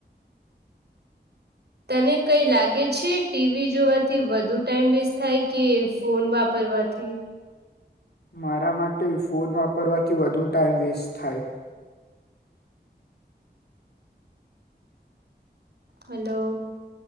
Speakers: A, on the right; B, on the left.
A: તને કઈ લાગે છે ટીવી જોવાથી વધુ ટાઈમ વેસ્ટ થાય કે ફોન વાપરવાથી.
B: મારા માટે ફોન વાપરવાથી વધુ ટાઈઇમ વેસ્ટ થાય.
A: હલો.